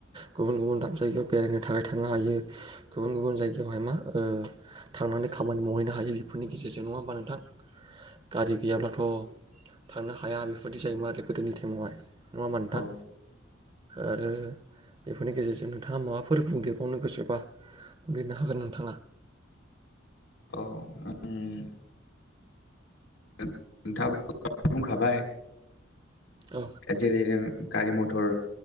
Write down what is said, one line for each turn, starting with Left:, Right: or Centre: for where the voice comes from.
Right: गुबुन गुबुन दाब जायगायाव बेरायनो थाखाय थांनो हायो गुबुन गुबुन जायगायावहाय मा थांनानै खामानि मावहैनो हायो बेफोरनि गेजेरजों नङा होमबा नोंथां गारि गैयाब्लाथ' थांनो हाया बेफोर दि जायो मा गोदोनि ताइमावहाय नङा होमबा नोंथां
Left: औ
Right: आरो बेफोरनि गेजेरजों नोंथाङा माबाफोर बुंदेरबावनो गोसोबा बुंदेरनो हागोन नोंथाङा
Left: औ ओं नोंथां आबोथ बुंखाबाय
Right: औ
Left: जेरै जों गारि मथर